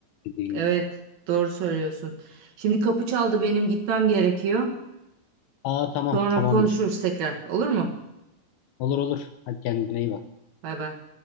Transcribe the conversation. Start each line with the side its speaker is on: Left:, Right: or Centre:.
Left: dediğin
Right: Evet,
Left: gibi.
Right: doğru söylüyorsun. Şimdi kapı çaldı, benim gitmem gerekiyor.
Left: Aa tamam
Right: Sonra
Left: tamamdır.
Right: konuşuruz tekrar. Olur mu?
Left: Olur olur. Hadi kendine iyi bak.
Right: Bay bay.